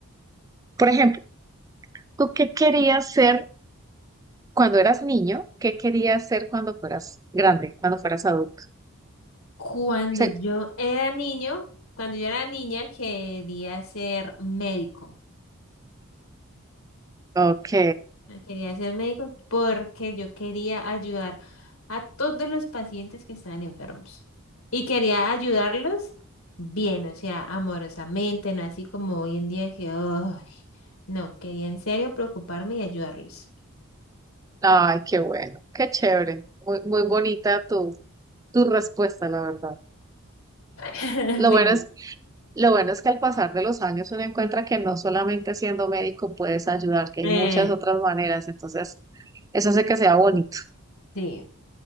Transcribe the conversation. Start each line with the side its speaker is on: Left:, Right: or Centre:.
Right: Por ejemplo, ¿tú qué querías ser cuando eras niño? ¿Qué querías ser cuando fueras grande, cuando fueras adulto?
Left: Cuando
Right: Sí.
Left: yo era niño, cuando yo era niña quería ser médico.
Right: Ok.
Left: No Quería ser médico porque yo quería ayudar a todos los pacientes que estaban enfermos. Y quería ayudarlos bien, o sea, amorosamente, no así como hoy en día que, "Ay". no, quería en serio preocuparme y ayudarlos.
Right: Ay, qué bueno, qué chévere. Muy, muy bonita tu, tu respuesta, la verdad.
Left: <laughs>
Right: Lo
Left: Mira,
Right: bueno es Lo bueno es que al pasar de los años uno encuentra que no solamente siendo médico puedes ayudar, que
Left: eh,
Right: hay muchas otras maneras. Entonces, eso hace que sea bonito.
Left: sí,